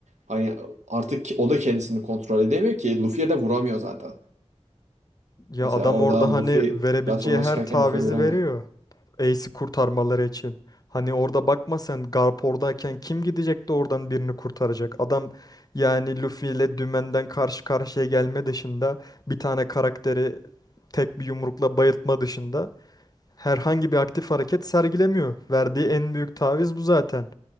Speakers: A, on the right; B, on the left.
A: Hani artık o da kendisini kontrol edemiyor ki. Luffy'ye de vuramıyor zaten.
B: Ya
A: Mesela
B: adam
A: orada
B: orada hani
A: Luffy
B: verebileceği
A: platforma
B: her
A: çıkarken
B: tavizi
A: Luffy'ye vuramıyor.
B: veriyor. Ace'i kurtarmaları için. Hani orada bakma sen Garp oradayken kim gidecek de oradan birini kurtaracak? Adam yani Luffy ile dümenden karşı karşıya gelme dışında bir tane karakteri tek bir yumrukla bayıltma dışında herhangi bir aktif hareket sergilemiyor. Verdiği en büyük taviz bu zaten.